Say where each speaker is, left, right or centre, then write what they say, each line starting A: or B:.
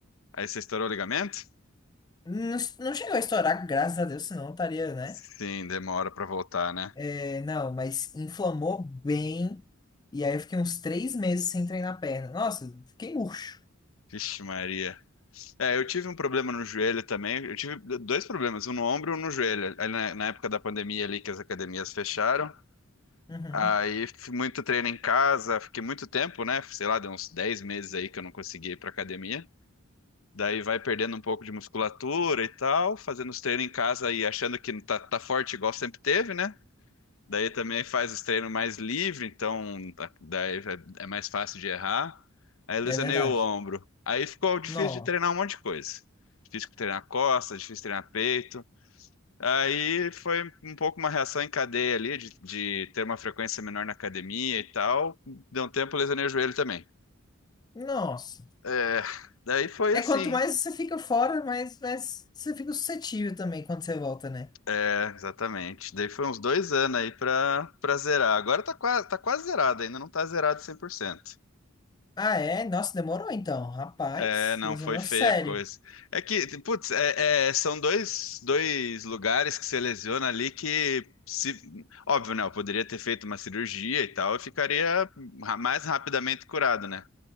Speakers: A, on the left; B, on the left.
A: Aí você estourou o ligamento?
B: Não, não chegou a estourar, graças a Deus, senão eu estaria, né?
A: Sim, demora pra voltar, né?
B: É, não, mas inflamou bem. E aí eu fiquei uns três meses sem treinar a perna. Nossa, fiquei murcho.
A: Vixe, Maria. É, eu tive um problema no joelho também. Eu tive dois problemas, um no ombro e um no joelho. Aí na, na época da pandemia ali que as academias fecharam.
B: Uhum,
A: Aí fiz muito treino em casa, fiquei muito tempo, né? Sei lá, deu uns 10 meses aí que eu não consegui ir pra academia. Daí vai perdendo um pouco de musculatura e tal, fazendo os treinos em casa e achando que tá, tá forte igual sempre teve, né? Daí também faz os treinos mais livre, então tá- daí é é mais fácil de errar. Aí lesionei
B: é verdade.
A: o ombro. Aí ficou difícil
B: Nossa.
A: de treinar um monte de coisa. Difícil treinar costas, difícil treinar peito. Aí foi um pouco uma reação em cadeia ali, de, de ter uma frequência menor na academia e tal. Deu um tempo, lesionei o joelho também.
B: Nossa.
A: É, daí foi
B: É
A: assim.
B: quanto mais você fica fora, mais, mais você fica suscetível também quando você volta, né?
A: É, exatamente. Daí foi uns dois anos aí pra, pra zerar. Agora tá quase, tá quase zerado, ainda não tá zerado 100%.
B: Ah, é? Nossa, demorou então. Rapaz,
A: É, não,
B: lesionou
A: foi feia
B: sério.
A: a coisa. É que, putz, é- é, são dois, dois lugares que você lesiona ali que, se, óbvio, né? Eu poderia ter feito uma cirurgia e tal, eu ficaria ra- mais rapidamente curado, né?